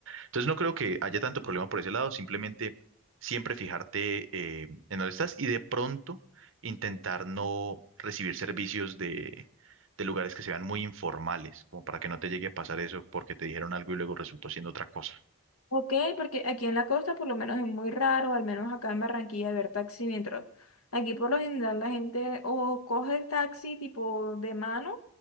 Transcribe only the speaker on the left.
Ok, porque aquí en la costa por lo menos es muy raro, al menos acá en Barranquilla, ver taxi mientras Aquí por lo general la gente o coge el taxi tipo de mano